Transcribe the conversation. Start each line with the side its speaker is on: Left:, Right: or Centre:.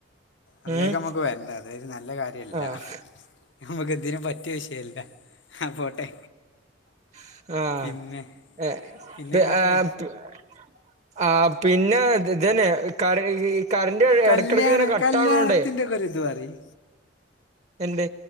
Left: അതിലേക്ക
Right: ഉം
Left: നമ്മക്ക് വരണ്ടേ അതൊരു നല്ല കാര്യല്ല.
Right: ആഹ്
Left: നമുക്ക് ഇതിന് പറ്റിയ വിഷയല്ല. ആ പോട്ടെ
Right: <unintelligible>
Left: പിന്നെ പിന്നെ എന്തൊക്കെ
Right: ആ പിന്നെ ഇതന്നെ കറി കറൻഡ്
Left: കല്യാണ
Right: ഇടക്കിടക്ക് ഇങ്ങനെ കട്ട്
Left: കല്യാണത്തിൻ്റെ
Right: ആവണോണ്ടേ
Left: ഒക്കെ ഒരിത് പറയ്
Right: എന്റെ